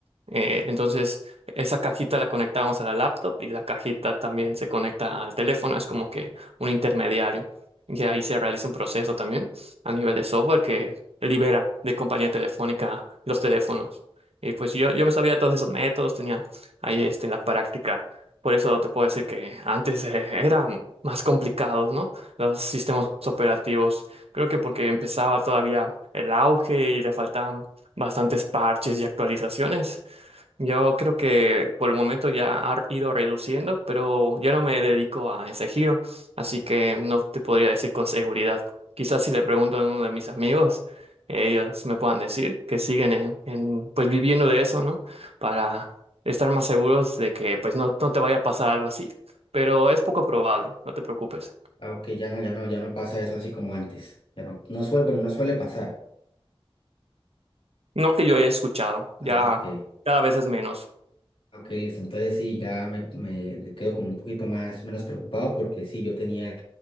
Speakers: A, on the right (about 85°); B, on the left (about 65°).
A: Eh, entonces, esa cajita la conectamos a la laptop y la cajita también se conecta al teléfono, es como que un intermediario. Y ahí se realiza un proceso también a nivel de software que libera de compañía telefónica los teléfonos. Y pues yo, yo me sabía de todos esos métodos, tenía ahí este, en la práctica. Por eso te puedo decir que antes eh, eran más complicados, ¿no? Los sistemas operativos Creo que porque empezaba todavía el auge y le faltaban bastantes parches y actualizaciones. Yo creo que por el momento ya ha ido reduciendo, pero yo no me dedico a ese giro, así que no te podría decir con seguridad. Quizás si le pregunto a uno de mis amigos, ellos me puedan decir que siguen en, en, pues viviendo de eso, ¿no? Para estar más seguros de que pues no, no te vaya a pasar algo así, pero es poco probable, no te preocupes.
B: Ah, ok, ya no, ya no, ya no pasa eso así como antes. Ya no, no suele, bueno, no suele pasar.
A: No que yo haya escuchado,
B: Ah,
A: ya
B: ok.
A: cada vez es menos.
B: Ok, listo. Entonces sí, ya me, me quedo como un poquito más, menos preocupado porque sí, yo tenía